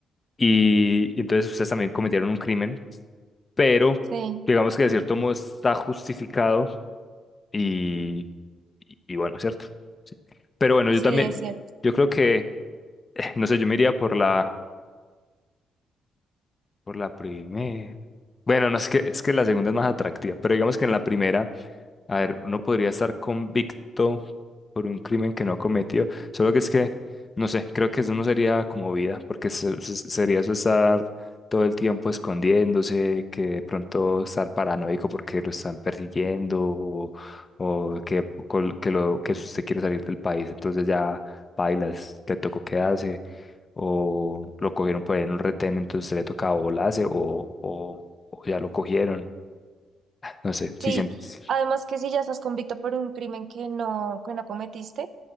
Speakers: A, on the left; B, on the right.
A: Y, y entonces ustedes también cometieron un crimen, pero
B: sí,
A: digamos que de cierto modo está justificado y, y- y bueno, ¿cierto? Sí. Pero bueno,
B: sí,
A: yo también,
B: es cierto.
A: yo creo que, eh, no sé, yo me iría por la, por la primera. Bueno, no es que, es que la segunda es más atractiva, pero digamos que en la primera A ver, uno podría estar convicto por un crimen que no cometió, solo que es que, no sé, creo que eso no sería como vida, porque se- se- sería eso estar todo el tiempo escondiéndose, que de pronto estar paranoico porque lo están persiguiendo o, o que, col- que, lo, que usted quiere salir del país, entonces ya bailas, te tocó quedarse, o lo cogieron por ahí en un retén, entonces le tocaba volarse o, o, o ya lo cogieron, no sé, si
B: Sí,
A: sientes...
B: además que si ya estás convicto por un crimen que no, que no cometiste,